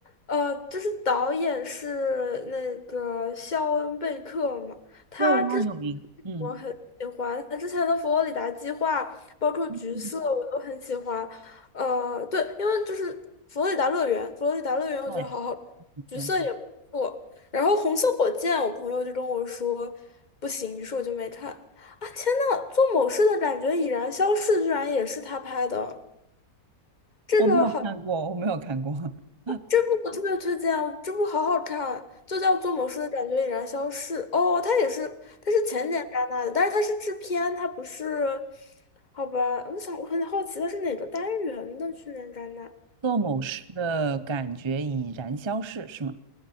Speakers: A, on the left; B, on the right.
A: 呃，就是导演是那个肖恩贝克嘛，他之。
B: 对，它很有名。嗯
A: 我很喜欢他之前的佛罗里达计划，包括橘色，
B: 嗯，
A: 我都很喜欢。呃，对，因为就是佛罗里达乐园，佛罗里达乐园我觉得好好看，
B: 对，
A: 橘色也不错。
B: 嗯
A: 然后红色火箭，我朋友就跟我说不行，于是我就没看。啊，天呐，做某事的感觉已然消逝，居然也是他拍的，这个好。
B: 我没有看过，我没有看过。<laughs>
A: 这部我特别推荐啊，这部好好看啊，就叫《做某事的感觉已然消逝》。哦，它也是，它是前年戛纳的，但是它是制片，它不是，好吧？我想我很好奇它是哪个单元的去年戛纳？
B: 做某事的感觉已然消逝，是吗？